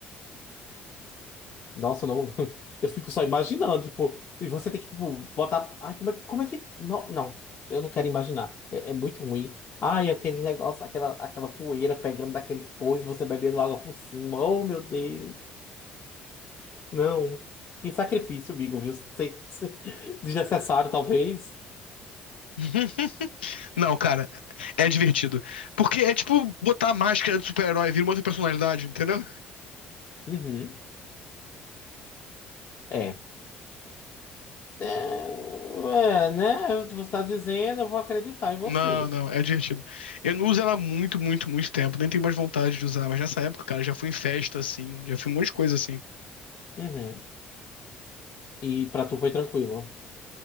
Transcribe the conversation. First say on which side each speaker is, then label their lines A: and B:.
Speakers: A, on the left; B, on the left.
A: Nossa, não, <laughs> eu fico só imaginando, tipo, e você tem que, tipo, botar. Ai, como é, como é que. Não, não, eu não quero imaginar. É, é muito ruim. Ai, aquele negócio, aquela, aquela poeira pegando daquele coisa e você bebendo água por cima. Oh, meu Deus. Não. Que sacrifício, amigo, viu? Se- se- Desnecessário, talvez.
B: <laughs> Não, cara, é divertido. Porque é tipo botar a máscara de super-herói, vira uma outra personalidade, entendeu?
A: Uhum. É. É, é, né? Você tá dizendo, eu vou acreditar em você.
B: Não, não, é divertido. Eu não uso ela há muito, muito, muito tempo, nem tenho mais vontade de usar, mas nessa época, cara, já fui em festa assim, já fui em um monte de coisa assim.
A: Uhum. E pra tu foi tranquilo.